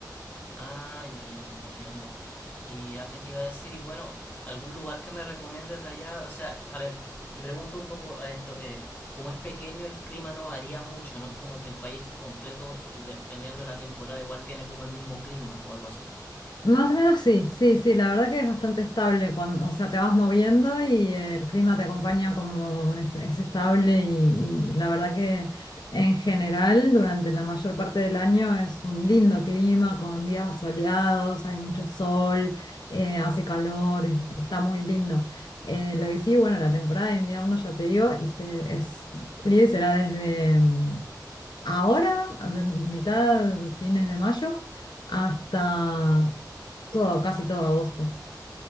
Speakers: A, on the left; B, on the left.
A: ah, ya, ya te entiendo. ¿Y a qué te iba a decir? Y bueno, algún lugar que me recomiendes de allá, o sea, a ver, me pregunta un poco a esto, eh, como es pequeño, el clima no varía mucho, no es como que el país completo, de- dependiendo de la temporada, igual tiene como el mismo clima o algo así.
B: Más o menos sí, sí, sí, la verdad que es bastante estable cuando, o sea, te vas moviendo y el clima te acompaña como es, es estable y, y la verdad que en general durante la mayor parte del año es un lindo clima con días soleados, hay mucho sol, eh, hace calor, es- está muy lindo. Eh, lo que sí, bueno, la temporada de invierno ya te digo, y se- es frío y será desde mm, ahora, de mitad, fines de mayo hasta todo, casi todo agosto.